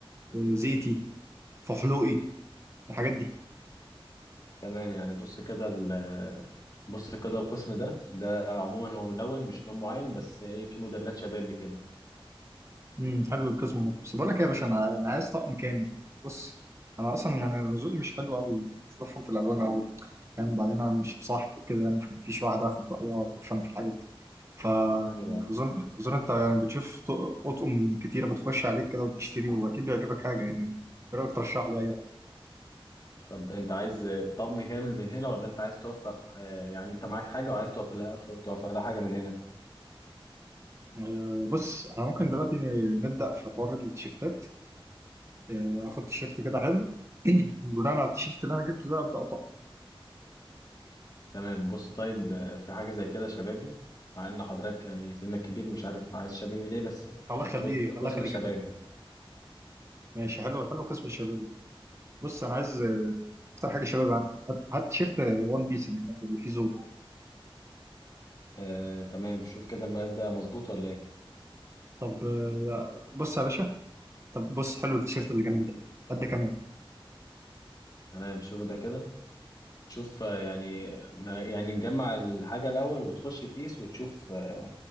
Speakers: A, on the right; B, on the left.
A: آه، زيتي فحلوقي الحاجات دي
B: تمام يعني بص كده ال- آه، بص كده القسم ده ده عموما هو ملون مش لون معين بس ايه في موديلات شبابي كده
A: امم حلو القسم ده بس بقول لك إيه يا باشا انا انا عايز طقم كامل بص انا اصلا يعني ذوقي مش حلو قوي مش بفهم في الالوان قوي يعني بعدين انا مش مصاحب وكده يعني فمفيش واحده اخد رايها تفهم في الحاجات دي فاظن
B: ايوه
A: اظن انت يعني بتشوف ط- اطقم كتيره بتخش عليك كده وبتشتري واكيد بيعجبك حاجه يعني ايه رايك ترشح لي اي حاجه
B: طب انت عايز آه، طقم كامل من هنا ولا انت عايز توفق آه، يعني انت معاك حاجه وعايز توفق لها توفق لها حاجه من هنا
A: آه، بص احنا ممكن دلوقتي نبدا في حوار التيشيرتات آه، اخد تيشيرت كده حلو <clears throat> بناء على التيشيرت اللي انا جبته ده ابدا اطقم
B: تمام بص طيب آه، في حاجة زي كده شبابي مع ان حضرتك يعني سنك كبير مش عارف عايز شبابي ليه بس
A: الله يخليك
B: بص ده قسم
A: الله يخليك
B: شبابي
A: يا فندم ماشي حلو حلو قسم الشباب ده. بص انا عايز آه، اكتر حاجه شباب عندك هات هات تيشيرت وان بيس اللي هناك اللي فيه زور
B: آه تمام شوف كده المقاس ده مظبوط ولا ايه
A: طب آه، بص يا باشا طب بص حلو التيشيرت اللي جنبي ده قد كمان
B: تمام شوف ده كده شوف آه، يعني ما- يعني نجمع الحاجة الأول وتخش تقيس وتشوف آه،